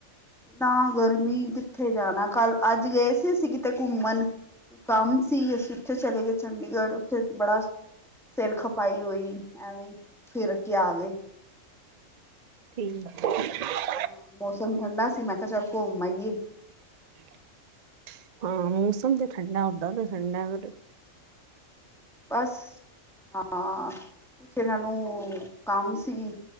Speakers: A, in the centre; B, on the right.
A: ਨਾ ਗਰਮੀ ਕਿੱਥੇ ਜਾਣਾ ਕੱਲ ਅੱਜ ਗਏ ਸੀ ਅਸੀਂ ਕਿਤੇ ਘੁੰਮਣ ਕੰਮ ਸੀ ਅਸੀਂ ਉੱਥੇ ਚਲੇ ਗਏ ਚੰਡੀਗੜ੍ਹ ਉੱਥੇ ਬੜਾ ਸਿਰ ਖਪਾਈ ਹੋਈ ਐਵੇਂ ਫਿਰ ਕੇ ਆ ਗਏ
B: ਠੀਕ
A: ਹਾਂ ਮੌਸਮ ਠੰਡਾ ਸੀ ਮੈਂ ਕਿਹਾ ਚੱਲ ਘੁੰਮ ਆਈਏ
B: <unintelligible> ਹਾਂ ਮੌਸਮ ਤੇ ਠੰਡਾ ਓਦਾਂ ਤੇ ਠੰਡਾ ਫਿਰ
A: ਬਸ ਹਾਂ ਕੁਛ ਇਹਨਾਂ ਨੂੰ ਕੰਮ ਸੀ